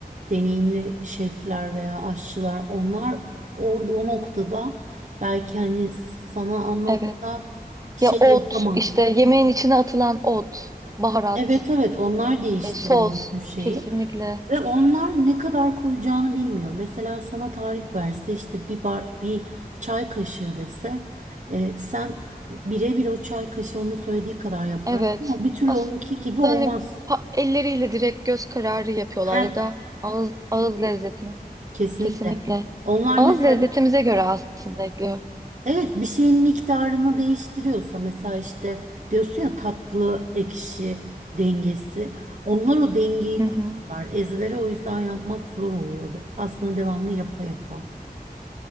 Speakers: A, on the right; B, on the right.
A: deneyimli şefler veya aşçılar onlar orada o noktada belki hani sana anlatsa
B: evet.
A: şey
B: Ya ot
A: yapamaz.
B: işte yemeğin içine atılan ot, baharat,
A: Evet evet onlar değiştiriyor
B: e, sos
A: bütün şeyi.
B: kesinlikle.
A: Ve onlar ne kadar koyacağını bilmiyor. Mesela sana tarif verse işte bir bar, bir çay kaşığı dese e, sen birebir o çay kaşığı onun söylediği kadar yaparsın
B: Evet.
A: ama bir türlü
B: Aslında
A: onunki gibi olmaz.
B: hani pa- elleriyle direkt göz kararı yapıyorlar
A: Heh,
B: ya da ağız ağız lezzetini
A: kesinlikle.
B: kesinlikle.
A: Onlar
B: Ağız
A: mesela
B: lezzetimize göre aslında ekliyor.
A: evet bir şeyin miktarını değiştiriyorsa mesela işte diyorsun ya tatlı ekşi dengesi. Onlar o dengeyi
B: Hı hı.
A: kullanırlar. Ezbere o yüzden yapmak zor oluyor. Aslında devamlı yapa yapa.